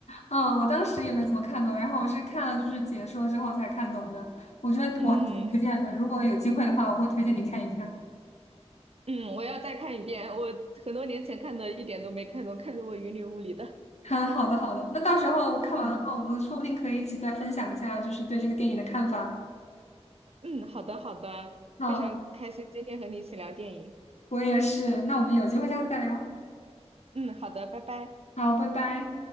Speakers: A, on the left; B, on the right.
A: 嗯，我当时也没怎么看懂，然后我是看了就是解说之后才看懂的。我觉得我还挺推荐的，
B: 嗯
A: 如果有机会的话，我会推荐你看一看。
B: 嗯，我要再看一遍，我很多年前看的，一点都没看懂，看得我云里雾里的。
A: <laughs> 嗯，好的好的，那到时候看完的话，
B: 嗯。
A: 我们说不定可以一起再分享一下，就是对这个电影的看法。
B: 嗯，好的，好的，
A: 好，
B: 非常开心今天和你一起聊电影。
A: 我也是，那我们有机会下次再聊。
B: 嗯，好的，拜拜。
A: 好，拜拜。